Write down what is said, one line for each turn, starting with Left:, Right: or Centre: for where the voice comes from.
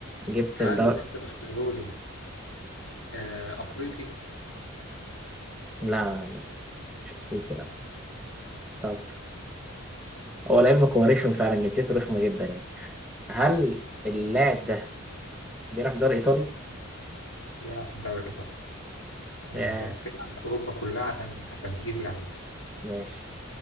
Centre: جبت
Left: هل
Centre: الدوري
Left: اللي انت مختارهولي آه، افريقي
Centre: لا لا لا مش أفريقي لا طب هو لعلمك هو رخم فعلا جنسيته رخمة جدا يعني هل اللاعب ده بيلعب في الدوري الإيطالي؟
Left: بيلعب في الدوري الإيطالي يعني
Centre: آه
Left: أنت لفيت على أوروبا كلها عشان عشان تجيب لعيب
Centre: ماشي